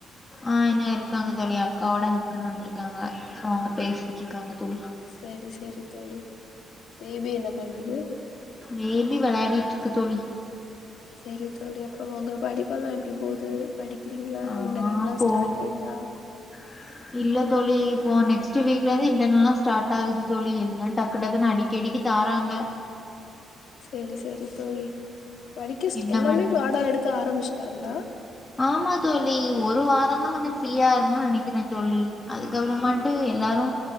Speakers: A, on the left (about 20°); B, on the left (about 70°).
A: ஆ என்ன இருக்காங்க தோழி அக்காவோட ஹஸ்பண்ட் வந்திருக்காங்க சோ அவங்க பேசிட்ருக்காங்க தோழி
B: சரி சரி தோழி பேபி என்ன பண்ணுது
A: பேபி விளையாடிட்ருக்கு தோழி
B: சரி தோழி அப்பற உங்க படிப்பெல்லா எப்டி போது படிக்கிறீங்களா
A: ஆ
B: இன்டர்நெட்லா
A: போ
B: ஸ்டார்ட் ஆயிட்டா
A: <inaudible> இல்ல தோழி இப்போ நெக்ஸ்ட் வீக்லதா இன்டர்னெல்லா ஸ்டார்ட் ஆகுது தோழி எல்லா டக்கு டக்குன்னு அடிக்க கெடிக்க தாராங்க
B: சரி சரி தோழி படிக்க ஸ்
A: என்ன
B: எல்லாமே
A: பண்றது
B: பாட எடு க்க ஆரம்பிச்சுட்டாங்களா
A: ஆமா தோழி ஒரு வாரந்தா கொஞ்ச ஃப்ரீயா இருந்தம்னு நெனைக்கிறே தோழி அதுக்கப்புறமா விட்டு எல்லாரு